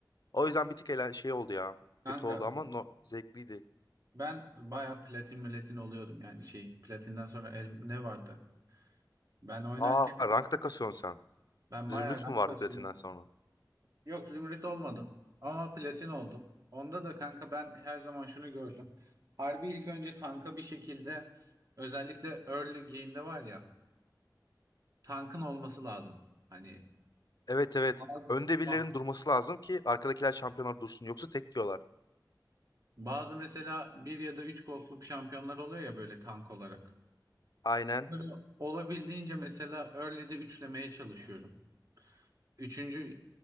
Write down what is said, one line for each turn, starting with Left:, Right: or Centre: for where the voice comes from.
Left: O yüzden bir tık eğlen şey oldu ya.
Right: Kanka
Left: Kötü oldu ama no zevkliydi.
Right: ben bayağı platin milletin oluyordum yani şey platinden sonra el, ne vardı? Ben oynarken
Left: Aa rankta kasıyorsun sen.
Right: ben
Left: Zümrüt
Right: bayağı rank
Left: mü vardı
Right: kasıyorum.
Left: platinden sonra?
Right: Yok zümrüt olmadım ama platin oldum. Onda da kanka ben her zaman şunu gördüm. Harbi ilk önce tanka bir şekilde özellikle early game'de var ya tankın olması lazım. Hani
Left: Evet evet.
Right: bazı
Left: Önde birilerinin
Right: ah,
Left: durması lazım ki arkadakiler şampiyonlar dursun. Yoksa tek yiyorlar.
Right: bazı mesela bir ya da üç gold'luk şampiyonlar oluyor ya böyle tank olarak.
Left: Aynen.
Right: Böyle olabildiğince mesela early'de üçlemeye çalışıyorum. Üçüncü,